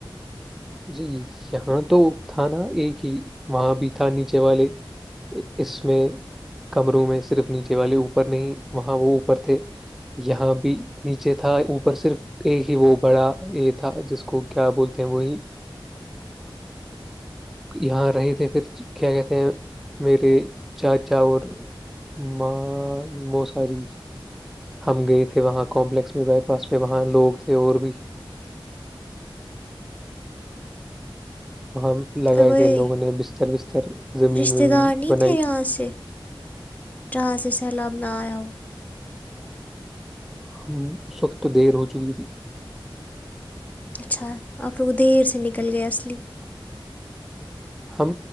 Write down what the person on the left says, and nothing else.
وہی
رشتہ
دار نہیں
تھے یہاں
سے جہاں سے سیلاب نہ آیا ہو
اچھا آپ لوگوں دیر سے نکل گئے اصلی